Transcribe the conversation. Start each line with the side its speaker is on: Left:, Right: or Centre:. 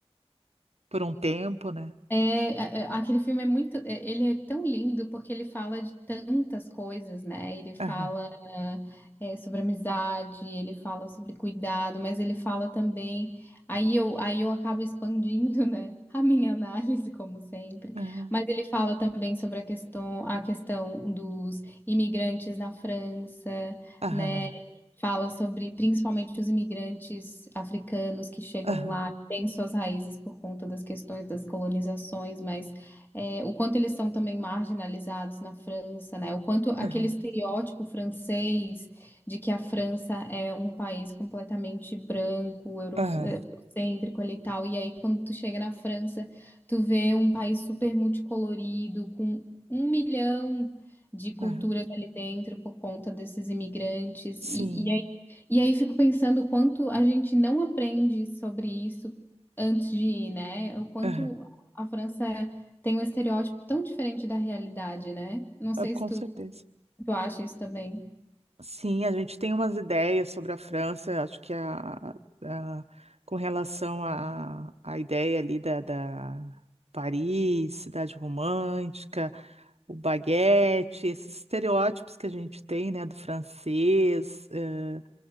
Right: por um tempo, né?
Left: É, é, é, aquele filme é muito, é, ele é tão lindo porque ele fala de tantas coisas, né? Ele fala
Right: Aham,
Left: é, sobre amizade, ele fala sobre cuidado, mas ele fala também. Aí eu, aí eu acabo expandindo, <laughs> né? A minha análise, como sempre.
Right: aham,
Left: Mas ele fala também sobre a questão, a questão dos imigrantes na França,
Right: aham,
Left: né? Fala sobre principalmente os imigrantes africanos que chegam
Right: aham,
Left: lá, têm suas raízes por conta das questões das colonizações, mas é, o quanto eles são também marginalizados na França, né? O quanto aquele
Right: aham,
Left: estereótipo francês de que a França é um país completamente branco, euro-
Right: aham,
Left: eurocêntrico ali e tal, e aí quando tu chega na França, tu vê um país super multicolorido, com um milhão de culturas
Right: aham.
Left: ali dentro por conta desses imigrantes.
Right: Sim,
Left: E, e aí, e aí fico pensando o quanto a gente não aprende sobre isso antes de ir, né? O quanto
Right: aham,
Left: a França tem um estereótipo tão diferente da realidade, né? Não sei
Right: ah, com
Left: se tu,
Right: certeza.
Left: tu acha isso também.
Right: Sim, a gente tem umas ideias sobre a França, acho que a, a- com relação à à ideia ali da, da Paris, cidade romântica, o baguete, esses estereótipos que a gente tem, né, do francês, eh,